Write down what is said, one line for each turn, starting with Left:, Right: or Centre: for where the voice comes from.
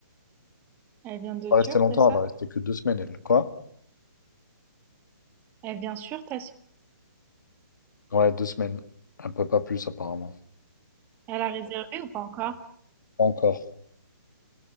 Right: Elle vient
Left: Elle
Right: de
Left: va pas
Right: Turc,
Left: rester longtemps,
Right: t'as ça?
Left: elle va rester que deux semaines, elle. Quoi?
Right: Elle vient sur, t'as ça?
Left: Ouais, deux semaines. Un peu pas plus, apparemment.
Right: Elle a réservé ou pas encore?
Left: Pas encore.